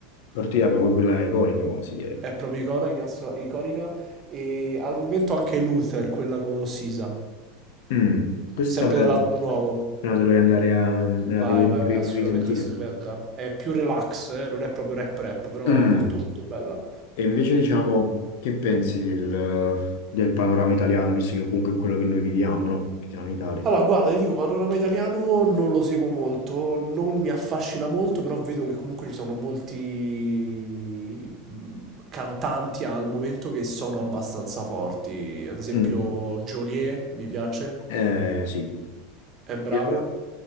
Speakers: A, on the left; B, on the right.
A: Tortilla proprio quella iconica quasi, direi.
B: è proprio iconica, iconica e al momento anche Luther, quella con Sisa,
A: Mm, Questa
B: sempre
A: me
B: dell'album
A: la, me
B: nuovo.
A: la dovrei andare a... me la
B: Vai,
A: devo
B: vai,
A: ri-
B: vai, assolutamente
A: risentire.
B: stupenda. È più relax, eh, Non è proprio rap rap, però
A: Mm,
B: molto molto bella.
A: E invece diciamo, che pensi del, del panorama italiano, visto che comunque è quello che noi viviamo, no? Che siamo in Italia.
B: Allora, guarda, ti dico, panorama italiano non lo seguo molto, non mi affascina molto, però vedo che comunque ci sono molti mm, cantanti al momento che sono abbastanza forti. Ad esempio,
A: Mm,
B: Joliet mi piace,
A: eh, sì.
B: è bravo.
A: Io-